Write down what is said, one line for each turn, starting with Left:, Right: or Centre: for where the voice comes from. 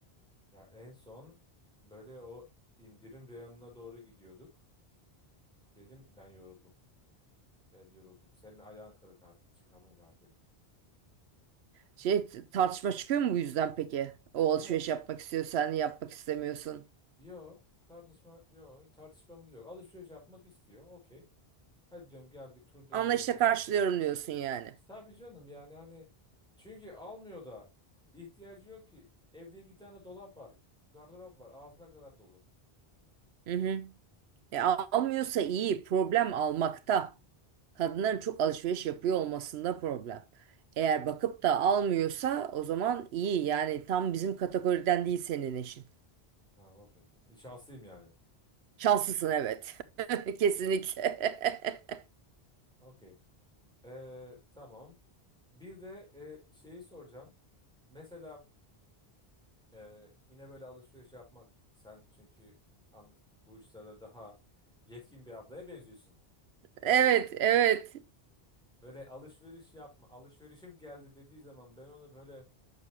Centre: Ya en son böyle o indirim reyonuna doğru gidiyorduk. Dedim ben yoruldum. Ben yoruldum. Senin ayağın kırık hadi çıkalım gari dedim.
Right: Şey tartışma çıkıyor mu bu yüzden peki? O
Centre: Ya
Right: alışveriş yapmak istiyor sen yapmak istemiyorsun.
Centre: Yo tartışma yo tartışmamız yok. Alışveriş yapmak istiyor. Okey. Hadi diyorum gel bir tur dönelim
Right: Anlayışla
Centre: şurada.
Right: karşılıyorum diyorsun yani.
Centre: Tabii canım yani hani çünkü almıyor da ihtiyacı yok ki. Evde iki tane dolap var. Gardırop var. Ağzına kadar dolu.
Right: Hı hı. E, almıyorsa iyi, problem almakta. Kadınların çok alışveriş yapıyor olmasında problem. Eğer bakıp da almıyorsa o zaman iyi. Yani tam bizim kategoriden değil senin eşin.
Centre: Ha okey. E, Şanslıyım yani.
Right: Şanslısın evet. <laughs> Kesinlikle. <laughs>
Centre: Okey. Ee, tamam. Bir de e, şeyi soracağım. Mesela e, yine böyle alışveriş yapmak sen çünkü an, bu işlerde daha yetkin bir ablaya benziyorsun. E,
Right: Evet, evet.
Centre: Böyle alışveriş yapma, alışverişim geldi dediği zaman ben onu böyle